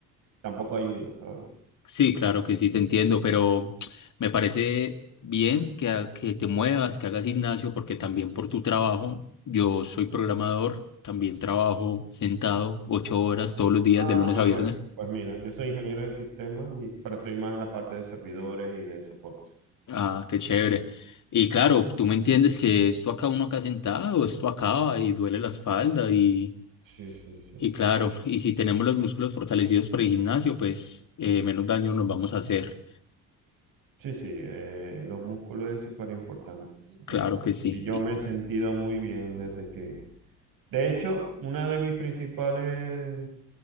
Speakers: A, on the right; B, on the left.
A: tampoco ayuda, ¿sabes?
B: Sí, claro que sí, te entiendo, pero <tsk> me parece bien que, ha- que te muevas, que hagas gimnasio, porque también por tu trabajo, yo soy programador, también trabajo sentado ocho horas todos los días,
A: Ah,
B: de lunes
A: vale.
B: a viernes.
A: Pues mira, yo soy ingeniero de sistemas y pero estoy más en la parte de servidores y de soporte.
B: Ah, qué chévere. Y claro, tú me entiendes que esto acá uno acá sentado, esto acaba y duele la espalda y,
A: Sí, sí, sí,
B: y claro,
A: sí.
B: y si tenemos los músculos fortalecidos para el gimnasio, pues eh, menos daño nos vamos a hacer.
A: Sí, sí, eh, los músculos es súper importante, súper
B: Claro
A: importante.
B: que sí.
A: Y yo
B: Y-
A: me he sentido muy bien desde que... De hecho, una de mis principales